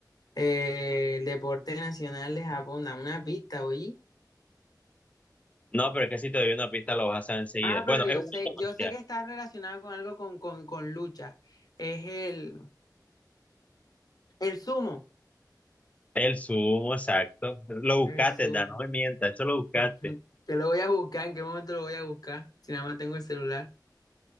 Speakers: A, on the left; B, on the left.
A: Eh, el deporte nacional de Japón, da una pista, oye.
B: No, pero es que si te doy una pista lo vas a saber enseguida.
A: Ah,
B: Bueno,
A: pero yo
B: es un
A: sé,
B: arte marcial.
A: yo sé que está relacionado con algo con, con, con lucha. Es el, el sumo.
B: El sumo, exacto. Lo
A: El
B: buscaste,
A: sumo.
B: Dan, no me mientas, eso lo buscaste.
A: <laughs> Que lo voy a buscar, ¿en qué momento lo voy a buscar? Si nada más tengo el celular.